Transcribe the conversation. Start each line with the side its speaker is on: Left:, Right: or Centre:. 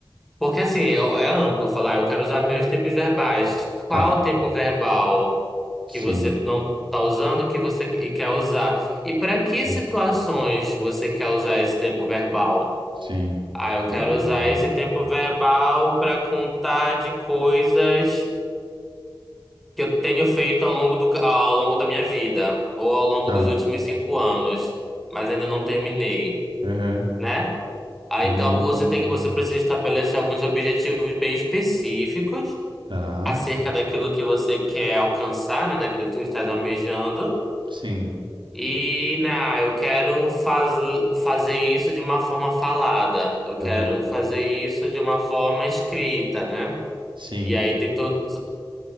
Centre: Porque assim, é, é amplo falar, eu quero usar bem os tempos verbais.
Right: Tá.
Centre: Qual o tempo verbal
Right: Sim.
Centre: que você não está usando que você e quer usar? E para que
Right: Sim.
Centre: situações você quer usar esse tempo verbal?
Right: Sim.
Centre: Ah, eu quero
Right: Ahn,
Centre: usar esse tempo verbal para contar de coisas que eu tenho feito ao longo do, ca- ao longo da minha vida, ou ao longo
Right: tá.
Centre: dos últimos cinco anos, mas ainda não terminei,
Right: Aham.
Centre: né? Ah,
Right: Ahn.
Centre: então você tem, você precisa estabelecer alguns objetivos bem específicos
Right: Tá.
Centre: acerca daquilo que você quer alcançar, né? Daquilo que você está almejando.
Right: Sim.
Centre: E, né, ah, eu quero faz, fazer isso de uma forma falada, eu quero
Right: Aham.
Centre: fazer isso de uma forma escrita, né?
Right: Sim.
Centre: E aí tem todo,